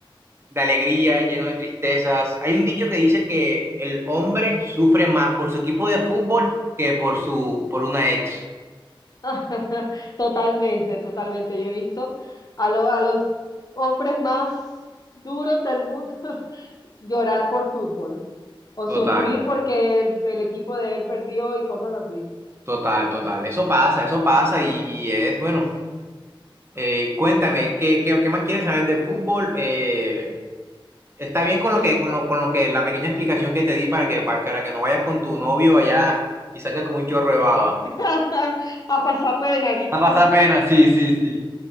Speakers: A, on the right; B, on the left.
A: de alegría, lleno de tristezas. Hay un dicho que dice que el hombre sufre más por su equipo de fútbol que por su, por una ex.
B: <laughs> Totalmente, totalmente. Yo he visto a, lo- a los hombres más duros del mundo <laughs> llorar por fútbol o
A: Total,
B: sufrir porque el, el equipo de él perdió y cosas así.
A: total, total. Eso pasa, eso pasa y es, bueno, eh, cuéntame, ¿qué, qué, qué más quieres saber de fútbol? Eh, Está bien con
B: No,
A: lo que, con lo, con lo que, la pequeña explicación que te di para que, va- para que no vayas con tu novio allá y saques con un chorro de baba.
B: <laughs> a pasar pena, ¿y tú?
A: A pasar pena, sí, sí, sí.